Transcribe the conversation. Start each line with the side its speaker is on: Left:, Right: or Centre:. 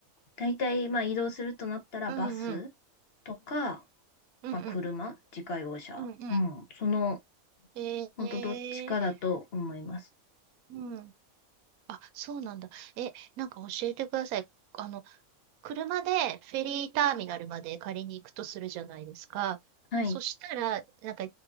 Left: 大体、まあ、移動するとなったら、
Right: うんうん。
Left: バスとか、
Right: うんうん。
Left: まあ、車、自家用車。
Right: うんうん。
Left: うん、その、
Right: ええー
Left: ほんとどっちかだと思います。
Right: うん。あ、そうなんだ。え、なんか教えてください。あの、車でフェリーターミナルまで借りに行くとするじゃないですか。
Left: はい。
Right: そしたら、なんか、